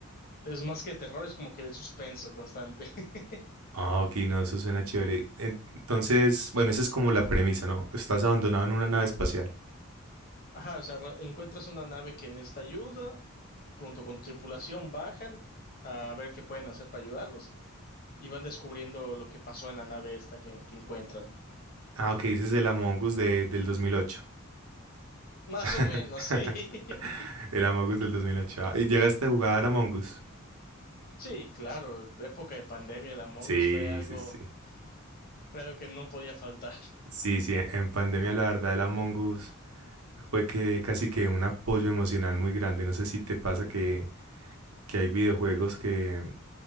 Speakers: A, on the left (about 45°); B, on the right (about 85°).
A: Entonces, más que terror, es como que el suspenso constante. <laughs>
B: Ah, ok, no, eso suena chévere. Entonces, bueno, esa es como la premisa, ¿no? Estás abandonado en una nave espacial.
A: Ajá, o sea, re- encuentras una nave que necesita ayuda, junto con tu tripulación bajan a ver qué pueden hacer para ayudarlos y van descubriendo lo que pasó en la nave esta que que encuentran.
B: Ah, ok, ese es el Among Us de, del 2008.
A: Más
B: <laughs>
A: o menos, sí. <laughs>
B: El Among Us del 2008. Ah, ¿Y llegaste a jugar Among Us?
A: Sí, claro, la época de pandemia, el Among
B: Sí,
A: Us fue algo,
B: sí, sí.
A: fue algo que no podía faltar.
B: Sí, sí, en en pandemia la verdad el Among Us fue que casi que un apoyo emocional muy grande. No sé si te pasa que, que hay videojuegos que,